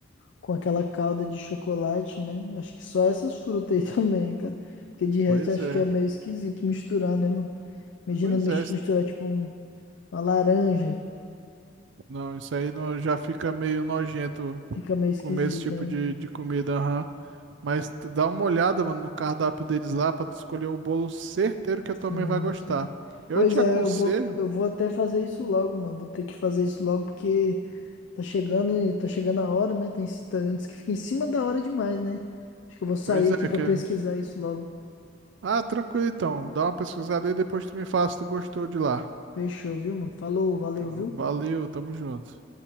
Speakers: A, on the left; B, on the right.
A: com aquela calda de chocolate, né? Acho que só essas frutas aí <laughs> também, cara. Porque de resto
B: Pois
A: acho
B: é.
A: que é meio esquisito misturar, né, mano? Imagina
B: Pois
A: mis-
B: é.
A: misturar tipo um- uma laranja,
B: Não, isso aí não, já fica meio nojento
A: fica meio esquisita,
B: comer esse tipo de,
A: né?
B: de comida, aham. Mas tu dá uma olhada, mano, no cardápio deles lá pra tu escolher o bolo certeiro que a tua
A: Sim,
B: mãe vai gostar.
A: sim.
B: Eu
A: Pois
B: te
A: é,
B: aconselho,
A: eu vou, eu vou até fazer isso logo, mano. Vou ter que fazer isso logo porque tá chegando, e- tá chegando a hora, né? Tem, tá- antes que fique em cima da hora demais, né? Acho que eu vou sair
B: pois
A: aqui
B: é,
A: pra
B: que...
A: pesquisar isso logo.
B: Ah, tranquilo então, dá uma pesquisada aí, depois tu me fala se tu gostou de lá.
A: Fechou, viu, mano? Falou, valeu,
B: Tá,
A: viu?
B: valeu, tamo junto.